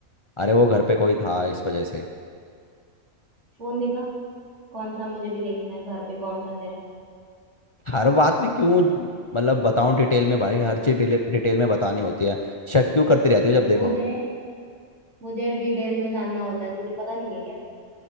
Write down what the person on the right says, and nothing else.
फोन दिखा कौन था मुझे भी देखना है घर पे कौन था तेरा
मुझे मुझे डिटेल में जानना होता है तुझे पता नहीं है क्या